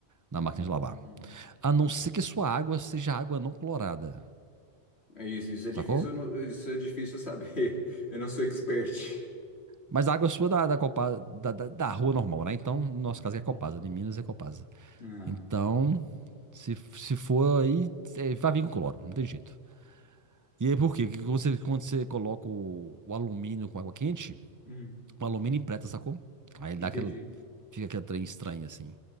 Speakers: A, on the right; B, on the left.
A: na
B: Hum.
A: máquina de lavar. A não ser que a sua água seja água não clorada,
B: É Isso, isso é difícil,
A: sacou?
B: eu não- isso é difícil eu saber. <laughs> Eu não sou expert.
A: Mas a água sua da, da, Copa, da, da, da rua normal, né? Então, no nosso
B: Uhum.
A: caso é Copasa, de Minas é Copasa.
B: Ah.
A: Então, se, se for aí, é, vai vir com cloro, não tem jeito. E aí por quê? Porque quando você, quando você coloca o, o alumínio com água quente,
B: Hum,
A: o alumínio empreta, sacou? Aí ele
B: entendi.
A: dá aquele, Fica aquele trem estranho assim.